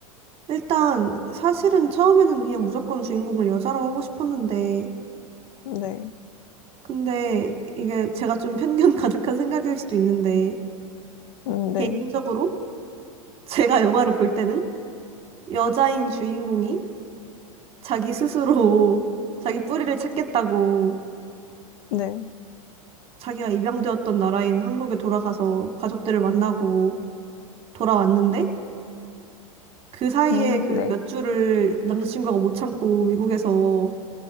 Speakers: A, on the right (about 30°); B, on the left (about 65°).
A: 일단 사실은 처음에는 그냥 무조건 주인공을 여자로 하고 싶었는데
B: 네,
A: 근데 이게 제가 좀 편견 <laughs> 가득한 생각일 수도 있는데
B: 음, 네,
A: 개인적으로 제가 영화를 볼 때는 여자인 주인공이 자기 스스로 <laughs> 자기 뿌리를 찾겠다고
B: 네,
A: 자기가 입양되었던 나라인 한국에 돌아가서 가족들을 만나고 돌아왔는데 그 사이에
B: 음,
A: 그
B: 네,
A: 몇 주를 남자친구가 못 참고 미국에서